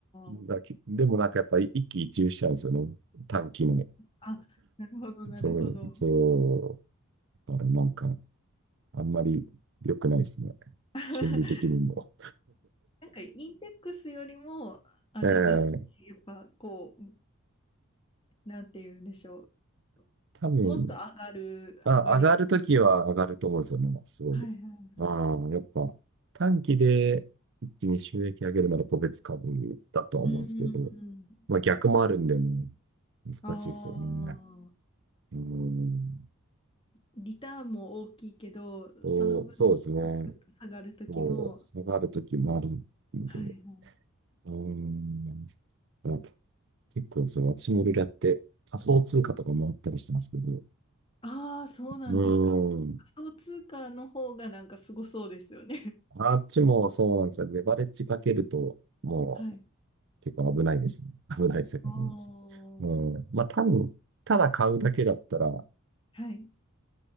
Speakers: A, on the left (about 25°); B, on the right (about 55°).
A: はい。
B: だけでもなんかやっぱり一喜一憂しちゃうんですよね。短期の。
A: あ、なるほど、なるほど。
B: そう、そう、だからなんか、あんまり良くないですね。
A: <laughs>
B: 心理的にも。
A: なんかインデックスよりも、あれですね。
B: ええ
A: やっぱこう、なんて言うんでしょう。
B: 多分、
A: もっと上がる、
B: あ、
A: 上がり。
B: 上がるときは上がると思うんですよね。
A: はい
B: すごい。
A: はいはい。
B: ああ、やっぱ短期で一気に収益上げるなら個別株だとは思うんですけど、
A: うん。
B: まあ逆もあるんでね、難しいですよね。
A: ああー。
B: うーん
A: リターンも大きいけど、
B: と、
A: その分、
B: そうですね。
A: ガクッと下がるときも、
B: そう、下がるときもあるんで、
A: はいはい。
B: うーん、まあ結構そう、私もいろいろやって仮想通貨とかもあったりしてますけど、
A: ああ、そうなんですか。
B: うーん、
A: 仮想通貨の方がなんかすごそうですよね。
B: あっちもそうなんですよ。レバレッジかけると、もう、
A: <laughs> はい。
B: 結構危ないですね。危ない世界なんです。
A: ああ。
B: うん。まあ多分、ただ買うだけだったら、
A: はい。